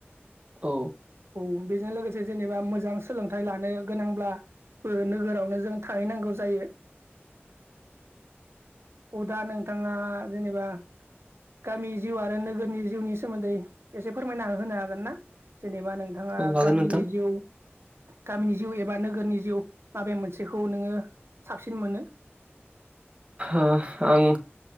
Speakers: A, on the right; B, on the right.
A: औ
B: औ बेजों लोगोसे जेनेबा मोजां सोलोंथाइ लानो गोनांब्ला नोगोरावनो जों थाहैनांगौ जायो अदा नोंथाङा जेनेबा गामि जिउ आरो नोगोरनि जिउनि सोमोन्दै एसे फोरमायना होनो हागोन ना जेनेबा नोंथाङा
A: औ हागोन
B: गामिनि
A: नोंथां
B: जिउ गामिनि जिउ एबा नोगोरनि जिउ माबे मोनसेखौ नोङो साबसिन मोनो
A: ओ आं